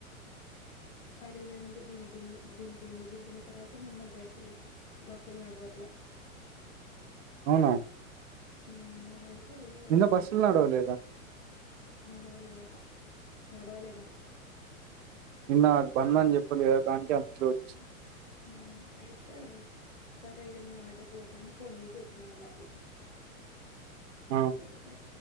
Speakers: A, on the left; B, on the right.
A: అడికిపోయి దింపి దింపిండు దింపిన తర్వాత నిన్న బస్సులు బస్సులు నడవట్లే
B: అవునా
A: మ్ నావయితే ఇగ
B: నిన్న
A: నడవట్లేదు
B: బస్సులు నడవలేదా
A: నడవలేదట నడవలే మరి
B: నిన్న బంద్ అని చెప్పాను కద దానికే అన్నిట్లోనించి
A: ఆ అయితే సరే ఇగా నేను ఆటోకి పోతా అని ఫోన్ చేసి చెప్పిన వాళ్ళకి
B: ఆ
A: లేపోతే